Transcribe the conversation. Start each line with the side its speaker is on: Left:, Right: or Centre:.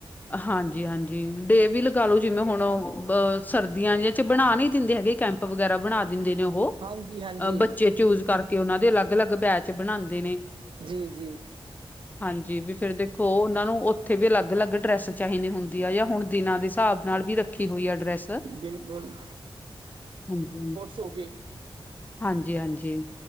Left: ਹਾਂਜੀ-ਹਾਂਜੀ, ਡੇ ਵੀ ਲਗਾਲੋ, ਜਿਵੇਂ ਹੁਣ <unintelligible> ਸਰਦੀਆਂ ਜੇ ਚ ਬਣਾ ਨਹੀਂ ਦਿੰਦੇ ਹੈਗੇ ਕੈਂਪ ਵਗੈਰਾ ਬਣਾ ਦਿੰਦੇ ਨੇ ਉਹ,
Right: ਹਾਂਜੀ ਹਾਂਜੀ
Left: ਬੱਚੇ ਚੂਜ ਕਰਕੇ ਉਹਨਾਂ ਦੇ ਅਲੱਗ-ਅਲੱਗ ਬੈਚ ਬਣਾਉਂਦੇ ਨੇ।
Right: ਜੀ-ਜੀ
Left: ਹਾਂਜੀ ਵੀ ਫੇਰ ਦੇਖੋ, ਉਹਨਾਂ ਨੂੰ ਉੱਥੇ ਵੀ ਅਲੱਗ-ਅਲੱਗ ਡਰੈੱਸ ਚਾਹੀਦੀ ਹੁੰਦੀ ਆ, ਜਾਂ ਹੁਣ ਦਿਨਾਂ ਦੇ ਹਿਸਾਬ ਨਾਲ ਵੀ ਰੱਖੀ ਹੋਈ ਆ ਡਰੈਸ,
Right: ਬਿਲਕੁਲ
Left: ਹਾਂਜੀ।
Right: ਸੋ ਗਏ।
Left: ਹਾਂਜੀ-ਹਾਂਜੀ।